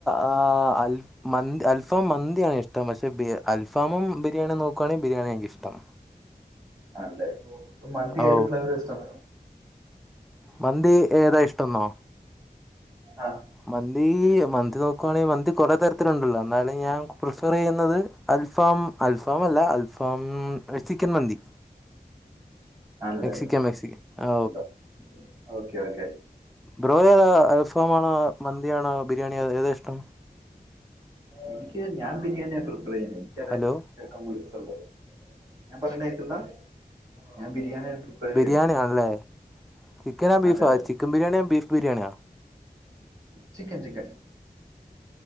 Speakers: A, in the centre; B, on the right (about 20°).
A: ആ അൽഫ് മന്തി അൽഫാം മന്തിയാണ് ഇഷ്ടം പക്ഷെ അൽഫാമും ബിരിയാണിയും നോക്കുയാണെങ്കിൽ ബിരിയാണിയാ എനിക്കിഷ്ടം.
B: ആണല്ലെ, ഇ മന്തി
A: ഓ
B: ഏത് ഫ്ളവർ ആ ഇഷ്ടം.
A: മന്തി ഏതാ ഇഷ്ടംന്നോ
B: ആഹ്
A: മന്തി... മന്തി നോക്കുവാണെങ്കിൽ മന്തി കൊറെ തരത്തിലുണ്ടല്ലോ. എന്നാലും ഞാൻ പ്രിഫർ ചെയ്യുന്നത്. അൽഫാം അൽഫാം അല്ല അൽഫാം ചിക്കൻ മന്തി.
B: ആണല്ലേ
A: മെക്സിക്കൻ മെക്സിക്ക ആ
B: കൊള്ളാം ഓക്കെ ഓക്കെ
A: ബ്രോ അൽഫാമാണോ, മന്തിയാണോ, ബിരിയാണിയോ, ഏതാ ഇഷ്ടം.
B: എനിക്ക് ഞാൻ ബിരിയാണിയാണ് പ്രിഫർ ചെയ്യുന്നത്. എനിക്കതാ
A: ഹലോ
B: ഷ്ടം ഞാൻ പറഞ്ഞ കേക്കുണ്ടോ? ഞാൻ ബിരിയാണിയാ
A: ബിരിയാണിയാണല്ലേ,
B: ചെയ്യുന്നത്
A: ചിക്കനാ ബീഫാ.
B: അതെ അതെ
A: ചിക്കൻ ബിരിയാണിയാ ബീഫ് ബിരിയാണിയാ
B: ചിക്കൻ ചിക്കൻ